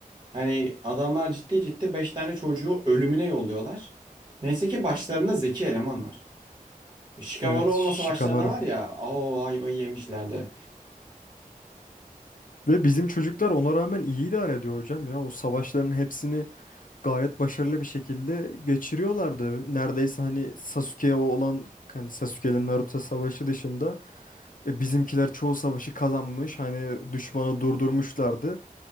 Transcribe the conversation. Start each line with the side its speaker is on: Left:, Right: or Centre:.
Right: Hani adamlar ciddi ciddi 5 tane çocuğu ölümüne yolluyorlar. Neyse ki başlarında zeki eleman var. Shikamaru
Left: Evet, Shikamaru.
Right: olmasa başlarında var ya, o ayvayı yemişlerdi.
Left: Ve bizim çocuklar ona rağmen iyi idare ediyor hocam ya. O savaşların hepsini gayet başarılı bir şekilde geçiriyorlardı. Neredeyse hani Sasuke'ye olan hani Sasuke'nin Naruto savaşı dışında e, bizimkiler çoğu savaşı kazanmış. Hani düşmanı durdurmuşlardı.